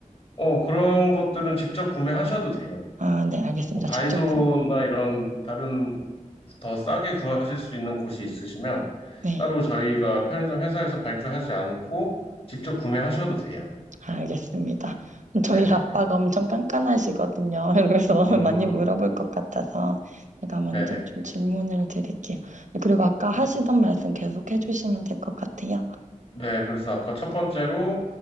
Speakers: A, on the left; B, on the right.
A: 어 그런 것들은 직접 구매하셔도 돼요.
B: 아, 네 알겠습니다.
A: 뭐 다이소나
B: 직접 구매.
A: 이런 다른 더 싸게 구하실 수 있는 곳이 있으시면
B: 네.
A: 따로 저희가 편의점 회사에서 발주하지 않고 직접 구매하셔도 돼요.
B: 알겠습니다. 저희
A: 네네.
B: 아빠가 엄청 깐깐하시거든요. <laughs> 그래서
A: 음,
B: 많이 물어볼 것 같아서 제가 먼저
A: 네네.
B: 좀 질문을 드릴게요. 그리고 아까 하시던
A: 음,
B: 말씀 계속 해주시면 될 것 같아요.
A: 네, 그래서 아까 첫 번째로